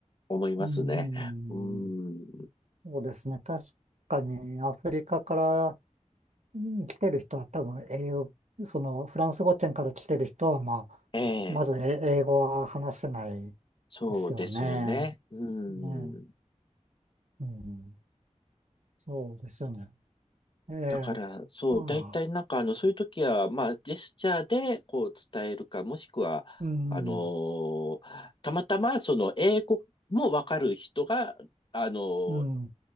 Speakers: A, on the left (about 40°); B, on the right (about 70°).
A: 思いますね。
B: うん。
A: うん、
B: そうですね。確かにアフリカからうん来てる人は多分英語、そのフランス語圏から来てる人は、まあ、
A: ええ、
B: まずえ英語は話せない
A: そうですよね。
B: ですよね。
A: う
B: ね。
A: ん。
B: うん。そうですよね。ええ。
A: だから、
B: あ
A: そう、
B: あ。
A: 大体なんか、あの、そういう時は、まあ、ジェスチャーで、こう、伝えるか、もしくは、
B: うん。
A: あのーたまたま、その、英語もわかる人が、あのー
B: うん。